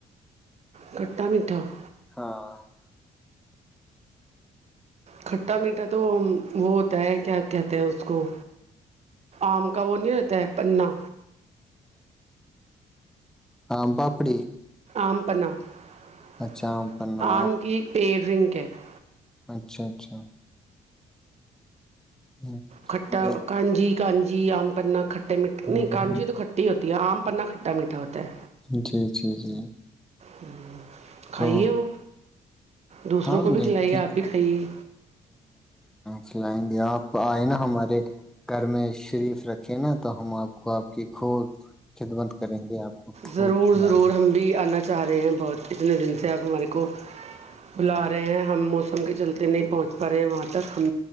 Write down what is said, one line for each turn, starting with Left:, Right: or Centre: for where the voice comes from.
Right: کھٹا میٹھا <inaudible>
Centre: ہاں <inaudible>
Right: کھٹا میٹھا تو وہ ہوتا ہے کیا کہتے ہیں اس کو آم کا وہ نہیں رہتا ہے پنا
Centre: ہاں ہ پاپڑی <inaudible>
Right: آم پنا <inaudible>
Centre: اچھا آم پنا
Right: آم کی پیڈرنک <inaudible> ک <inaudible>
Centre: اچھا اچھا <inaudible> ہوں،
Right: کھٹا
Centre: دیکھ-
Right: کانجی <inaudible> گانجی آم پنا ک منی
Centre: ہوں،
Right: کانچی
Centre: ہوں،
Right: تو کھٹی ہوتی ہے آم <inaudible> پنا کھٹا میٹا ہوتا ہے
Centre: جی جی جی
Right: ہ <inaudible> کھائیے
Centre: تو
Right: وہ دوسروں
Centre: ہاں
Right: کو بھی
Centre: دیکھتے
Right: کھلائیے
Centre: ہیں
Right: آپ بھی کھائیے
Centre: چلائیں گے آپ آئے نا ہمارے گھر میں شریف رکھے نا تو ہم آپ کو آپ کی خب خدمت کریں گے آپ کو خوب
Right: ضرور
Centre: کھلائیں
Right: ضرور ہم بھی آ جاہ رہے ہیں بہت اتنے دن سے آپ ہمارے کو بلا رہے ہیں ہم موسم کے چلتے نہیں پہنچ پا رہے ہیں وہاں تک ہم